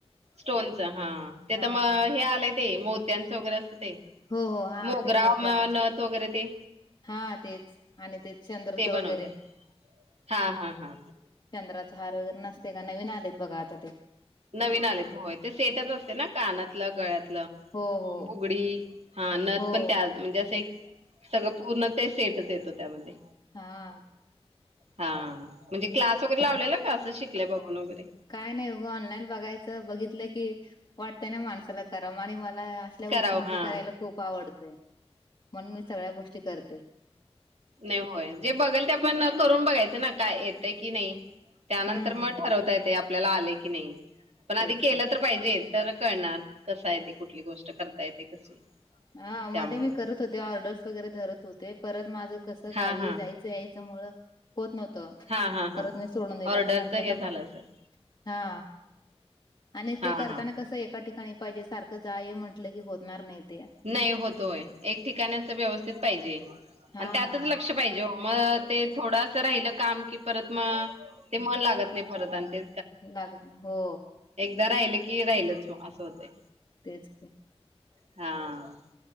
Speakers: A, on the right; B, on the left.
A: स्टोनच हा ते
B: हा
A: त म हे आलंय! ते मोत्यांच वगैरे अस ते,
B: हो हो हा
A: मोगरा
B: ते मोत्यांच
A: नथ वगैरे ते
B: हा तेच आणि ते चंद्रचं
A: ते बनवतय
B: वगैरे.
A: हा हा हा!
B: चंद्राचा हार वगैरे नसते का, नवीन आलेत बघा आता ते!
A: नवीन आलेत होय ते सेटच असते ना कानातलं गळ्यातलं.
B: हो हो
A: बुगडी हा नथ
B: हो
A: पण त्यात म्हणजे असं एक. सगळं पूर्ण ते सेटच येतो त्यामध्ये.
B: हा!
A: हा म्हणजे क्लास वगैरे लावलेला का असंच शिकल्या बघून वगैरे.
B: काय नही गं ऑनलाईन बघायचं बघितले की वाटतं ना माणसाला कराव आणि मला. तल्या
A: करावं
B: गोष्टी म्हणजे
A: हा
B: करायला खूप आवडतय, म्हणून मी सगळ्या गोष्टी करते.
A: नही होय जे बघल ते आपण करून बघायचं ना काय ये त की नाही त्यानंतर
B: हम्म
A: म ठरवता येते आपल्याला आलंय की नही पन आता
B: तेच
A: केल
B: की
A: तरं पाहिजे तर कळणार कसा येते कुठली गोष्ट करता येते कशी.
B: हा मध्ये
A: त्यामुळं
B: मी करत होते, ऑर्डर्स वगैरे धरत होते. परत माझ कसं
A: हा
B: गावी
A: हा
B: जायचं यायचं मुळ. होत नव्हत
A: हा हा हा
B: परत मी सोडून दिल,
A: ऑर्डरच
B: त्या नंतर
A: हे झालं
B: बा
A: असेल
B: हा! आणि
A: हा
B: ते करताना
A: हा
B: कसं एका ठिकाणी पाहिजे, सारखं जा ये म्हटलं की होणार नाही तेयां.
A: नाही होत होय, एक ठिकाणी असं व्यवस्थित पाहिजे
B: हा
A: आणि त्यातच लक्ष पाहिजे ओ मग ते थोडं असं राहिलं काम की परत मग ते मन लागत नाही परत आणि ते
B: लागत नाही हो
A: एकदा राहिल की राहिलच मग असं होतंय
B: तेच की
A: हा